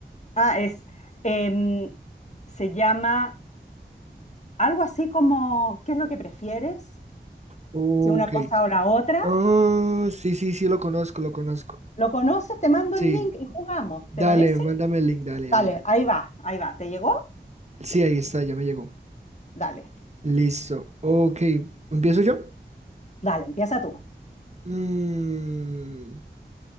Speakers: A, on the left (about 40°); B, on the right (about 40°).
A: Ah, es, em, se llama algo así como, ¿qué es lo que prefieres?
B: Ok.
A: Si una cosa o la otra.
B: Ah, sí, sí, sí, lo conozco, lo conozco.
A: ¿Lo conoces? Te mando
B: Sí,
A: el link y jugamos,
B: dale,
A: ¿te parece?
B: mándame el link, dale, dale.
A: Dale, ahí va, ahí va. ¿Te llegó?
B: Sí, ahí está, ya me llegó.
A: Dale.
B: Listo. Ok, ¿empiezo yo?
A: Dale, empieza tú.
B: Mm,